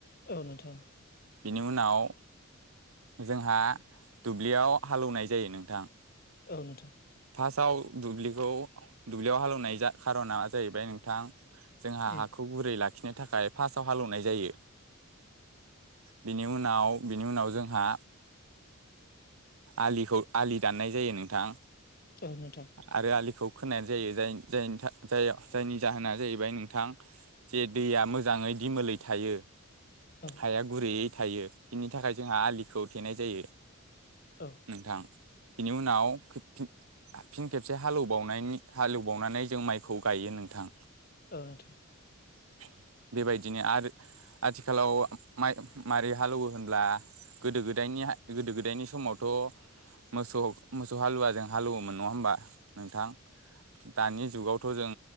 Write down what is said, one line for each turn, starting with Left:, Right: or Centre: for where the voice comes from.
Left: औ नोंथां।
Right: बिनि उनाव जोंहा दुब्लियाव हालौनाय जायो नोंथां।
Left: औ नोंथां।
Right: फासाव दुब्लिखौ दुब्लियाव हालौवनाय जा खार'ना जाहैबाय नोंथां जोंहा
Left: औ
Right: हाखौ गुरै लाखिनो थाखाय फासाव हालौवनाय जायो। बिनि उनाव बिनि उनाव जोंहा आलिखौ आलि दाननाय जायो नोंथां
Left: औ नोंथां औ
Right: आरो आलिखौ खोनाय जायो जायनि जायनि था जाया जायनि जाहोना जाहैबाय नोंथां जे दैया मोजाङै दिमोलै थायो। हाया
Left: औ
Right: गुरैयै थायो बिनि थाखाय जोंहा आलिखौ थेनाय जायो।
Left: औ
Right: नोंथां बिनि उनाव <unintelligible> फिन खेबसे हालौबावनायनि हालौबावनानै जों माइखौ गायो नोंथां।
Left: औ नोंथा।
Right: <unintelligible> बेबायदिनो आरो आथिखालाव माइ मारै हालौवो होनब्ला गोदो गोदायनि हा गोदो गोदायनि समावथ' मोसौ मोसौ हालुवाजों हालुवोमोन नङा होमबा? नोंथां दानि जुगावथ' जों